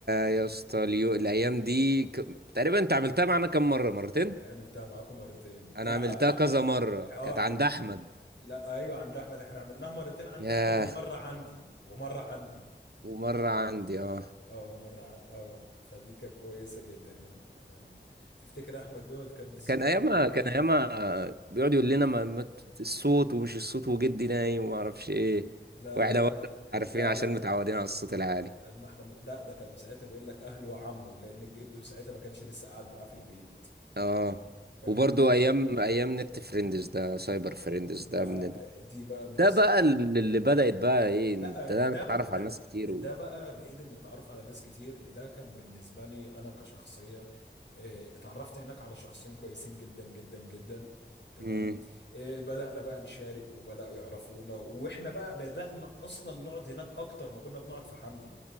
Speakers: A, on the right (about 60°); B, on the left (about 80°).
A: يا اسطى اليو... الايام دي ك... تقريبا انت عملتها معانا كم مره مرتين
B: عملتها معاكم مرتين
A: انا
B: لا
A: عملتها
B: لا
A: كذا مره
B: اه
A: كانت
B: احنا
A: عند
B: عم...
A: احمد
B: لا ايوه عند احمد احنا عملناها مرتين عند
A: ياه
B: احمد ومره عندي ومره عندي
A: ومره عندي اه
B: اه مرة ع- اه فدي كانت كويسة جدا يعني يعني تفتكر احمد دوت كان الذكريات
A: كان ايامها
B: اللي بينك
A: كان ايامها بيقعد يقول لنا ما ما- الصوت ومش الصوت وجدي نايم وما اعرفش ايه
B: لا
A: واحنا
B: لا لا
A: برضه
B: لا لا
A: عارفين
B: لا
A: عشان متعودين على الصوت
B: لا
A: العالي
B: ما احنا ده ده كان ساعتها بيقول لك اهله وعمه لان جده ساعتها ما كانش لسه قاعد معاه في البيت
A: اه
B: فكان
A: وبرضه
B: جد
A: ايام ايام نت فريندز ده سايبر فريندز
B: ما
A: ده من ال...
B: دي بقى من
A: ده
B: الس...
A: بقى اللي اللي بدأت بقى ايه
B: لا
A: انت ده
B: ده
A: اتعرف
B: بقى ده
A: على ناس كتير
B: ده
A: و
B: بقى بعيد عن التعرف على ناس كتير ده كان بالنسبة لي أنا كشخصية آه، اتعرفت هناك على شخصين كويسين جدا جدا جدا تمام
A: امم
B: آه، بدأنا بقى نشارك وبدأوا يعرفونا وإحنا بقى بدأنا أصلا نقعد هناك أكتر ما كنا بنقعد في حمدي